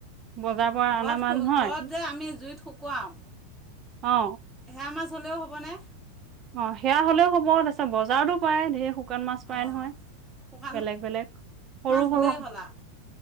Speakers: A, on the right; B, in the centre.
A: বজাৰ
B: অঁ
A: পৰা
B: ঘৰত
A: অনা মানু নহয়
B: ঘৰত যে আমি জুইত শুকুৱওঁ
A: অ
B: সেৰা মাছ হ'লেও হ'বনে
A: অ সেয়া হলেও হ'ব তাৰিছ বাৰতো পায় ধেৰ শুকান মাছ পায়
B: অঁ
A: নহয়
B: শুকান
A: বেলেগ বেলেগ সৰু
B: মাছ হ'লেই
A: সৰু
B: হ'ল আৰু